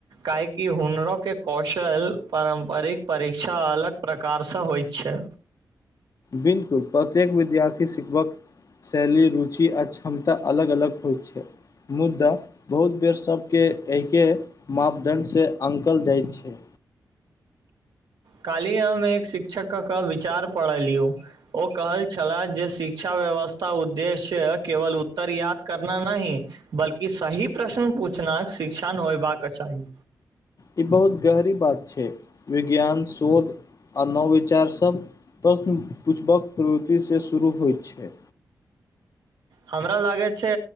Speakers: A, on the right (about 75°); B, on the left (about 50°).
A: काहेकी हुनरो के कौशल पारम्परिक परीक्षा अलग प्रकारसँ होई छै
B: बिल्कुल प्रत्येक विद्यार्थी शिखबक शैली रुचि आ क्षमता अलग अलग होय छै मुद्दा बहुत बेर सभके एहिके मापदण्डसँ अंकल जाइ छै
A: काली हम एक शिक्षक के विचार पढ़लियौ ओ कहल छलाह जे शिक्षा व्यवस्था उद्देश्य केवल उत्तर याद करना नही बल्कि सही प्रश्न पूछनाक शिक्षण होयबाक चाही
B: ई बहुत गहरी बात छै विज्ञान शोध आ नवविचार सब प्रश्न पूछबाक प्रवृति से शुरू होई छै
A: हमरा लागे छै